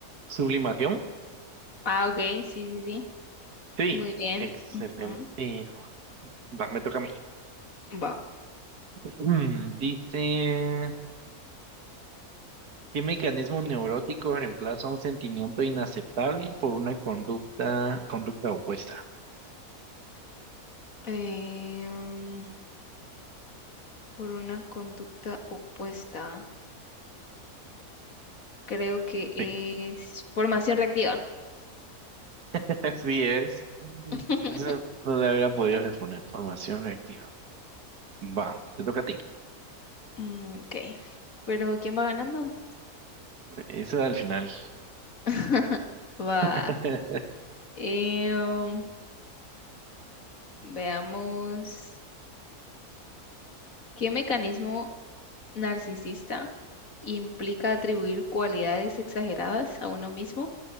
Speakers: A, on the right; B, on the left.
A: ¿sublimación?
B: Ah, ok, sí, sí, sí.
A: Sí,
B: Muy bien.
A: excelente.
B: ujú,
A: Va, me toca a mí.
B: Va.
A: Mm, Dice, ¿qué mecanismo neurótico reemplaza un sentimiento inaceptable por una conducta, conducta opuesta?
B: Eh, mm, por una conducta opuesta. Creo que es
A: Sí,
B: formación reactiva.
A: <laughs> así es. Mm.
B: <laughs>
A: Eso no le hubiera podido responder. Formación reactiva. Va, te toca a ti.
B: Mm, ok. Pero ¿quién va ganando?
A: Eso al final.
B: <laughs> Va.
A: <laughs>
B: Eh, um, veamos. ¿Qué mecanismo narcisista implica atribuir cualidades exageradas a uno mismo